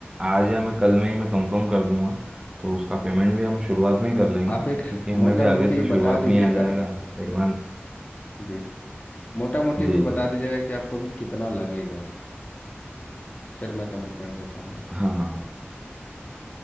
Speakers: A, on the right (about 15°); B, on the left (about 40°).
A: आज या मैं कल में ही मैं कंफर्म कर दूंगा तो उसका पेमेंट भी हम शुरुआत में ही कर लेंगे
B: आप एक
A: क्योंकि हमें
B: मोटा
A: भी आगे
B: मोटी
A: से शुरुआत
B: बता
A: में
B: दीजिएगा
A: ही आ जाएगा एडवांस
B: जी मोटा मोटी
A: जी
B: भी बता
A: जी
B: दीजिएगा कि आपको अभी कितना लगेगा फिर मैं कमिटमेंट दे पाऊंगा
A: हाँ हाँ हाँ